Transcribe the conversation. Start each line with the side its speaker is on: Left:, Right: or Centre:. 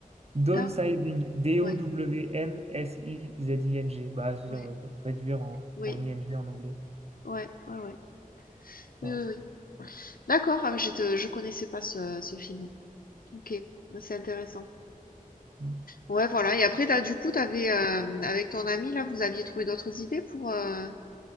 Right: Downsizing,
Left: Down?
Right: D-O-W-N-S-I-Z-I-N-G,
Left: Ouais,
Right: bah, c'est-à-dire
Left: ouais,
Right: euh, réduire en,
Left: oui,
Right: en ING en anglais.
Left: ouais, ouais, ouais.
Right: Voilà.
Left: Oui, oui, oui. D'accord, ah, mais je te, je connaissais pas ce, ce film. Ok, bah, c'est intéressant.
Right: Mm.
Left: Ouais, voilà. Et après, t'as, du coup, t'avais, euh, avec ton ami, là, vous aviez trouvé d'autres idées pour... euh,